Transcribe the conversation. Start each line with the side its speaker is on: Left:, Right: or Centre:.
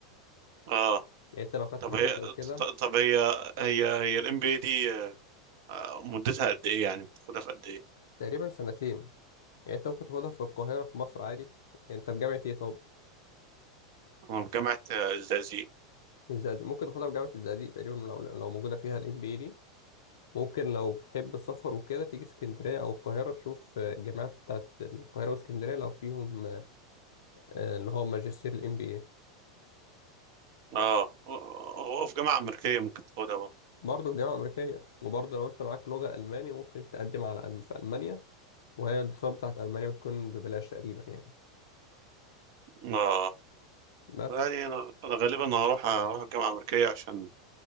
Right: اه
Left: يعني أنت لو خدت
Right: طب
Left: حاجة
Right: هي
Left: زي كده
Right: ط- طب هي هي هي الام بي إيه دي آه، آه، مدتها قد ايه يعني بتاخدها في قد ايه
Left: تقريبا سنتين يعني أنت ممكن تاخدها في القاهرة في مصر عادي أنت في جامعة إيه طب؟
Right: انا في جامعة آه، الزقازيق
Left: الزقازيق ممكن تاخدها في جامعة الزقازيق تقريبا لو لو موجودة فيها الام بي دي ممكن لو بتحب السفر وكده تيجي اسكندرية أو القاهرة تشوف آه، الجامعات بتاعت القاهرة واسكندرية لو فيهم آه، آه، اللي هو ماجستير الام بي اي
Right: اه هو في جامعة أمريكية ممكن تاخدها برضه
Left: برضه في جامعة أمريكية وبرضه لو أنت معاك لغة ألماني ممكن تقدم على ألم في ألمانيا وهي الدراسات بتاعت ألمانيا بتكون ببلاش تقريبا يعني
Right: اه
Left: بس
Right: يعني انا أنا غالبا هروح هروح الجامعة الأمريكية عشان